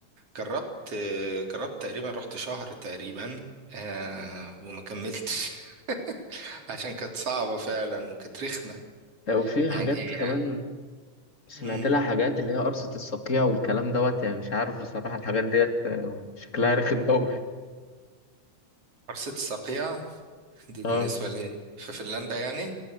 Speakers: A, on the right; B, on the left.
A: جربت آه، جربت تقريبا رحت شهر تقريبا آه، وما كملتش <laughs> عشان كانت صعبة فعلا وكانت رخمة
B: <laughs> وفي
A: يعني
B: حاجات
A: هي
B: كمان سمعت
A: مم.
B: لها حاجات اللي هي قرصة الصقيع والكلام دوت يعني مش عارف بصراحة الحاجات ديت آه، شكلها رخم أوي
A: حرصة الصقيع دي بالنسبة
B: اه
A: لي في فنلندا يعني